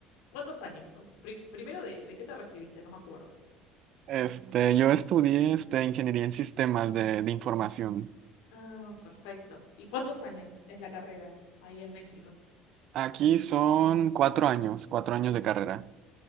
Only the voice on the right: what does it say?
Este, yo estudié este, ingeniería en sistemas de, de información.
Aquí son cuatro años, cuatro años de carrera.